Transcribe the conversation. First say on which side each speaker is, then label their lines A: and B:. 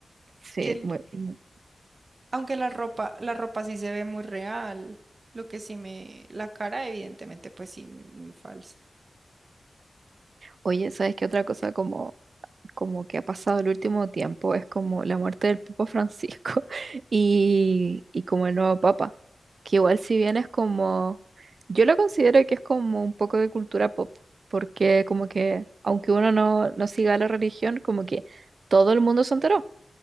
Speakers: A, on the right; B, on the right.
A: Sí,
B: Que, el-
A: muy, muy.
B: aunque la ropa, la ropa sí se ve muy real. Lo que sí me, la cara, evidentemente, pues sí, muy, muy falsa.
A: Oye, ¿sabes qué otra cosa como como que ha pasado el último tiempo es como la muerte del Papa Francisco <laughs> y, y como el nuevo Papa, que igual si bien es como, yo lo considero que es como un poco de cultura pop, porque como que aunque uno no, no siga la religión, como que todo el mundo se enteró